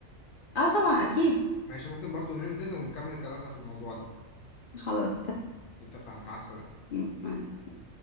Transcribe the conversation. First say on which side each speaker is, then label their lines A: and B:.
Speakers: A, on the left (about 60°); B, on the left (about 85°).
A: اه طبعا اكيد
B: ماشي ممكن برضو ننزل ونكمل كلامنا في الموضوع ده
A: خلاص
B: اتفقنا مع السلامة
A: اتفقنا